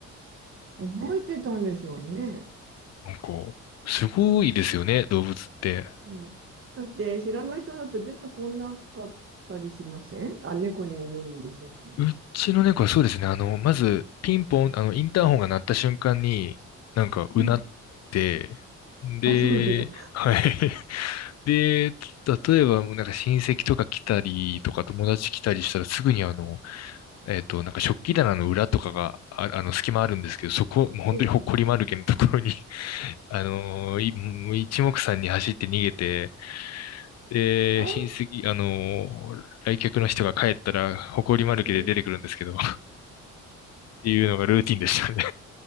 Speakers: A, on the right; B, on the left.
A: 覚えてたんでしょうね。
B: なんか、すごいですよね、動物って。
A: うん。だって、知らない人だと出てこなかったりしませんあ、猫にもよるんでしょうけど。
B: うちの猫はそうですね、あの、まず、ピンポン、あの、インターホンが鳴った瞬間に、なんか、うなって、
A: うん。
B: で、
A: あ、そうなんだ。
B: はい。<laughs> で、例えば、もうなんか親戚とか来たりとか友達来たりしたらすぐにあの、えっと、なんか食器棚の裏とかが、あ、あの、隙間あるんですけど、そこ、もう本当にほっこり丸けのところに、
A: ええ。
B: <laughs> あの、いもう一目散に走って逃げて、で、
A: ああ
B: 親戚、あのー来客の人が帰ったら、埃まるけで出てくるんですけど、
A: うん。
B: <laughs> っていうのがルーティンでしたね。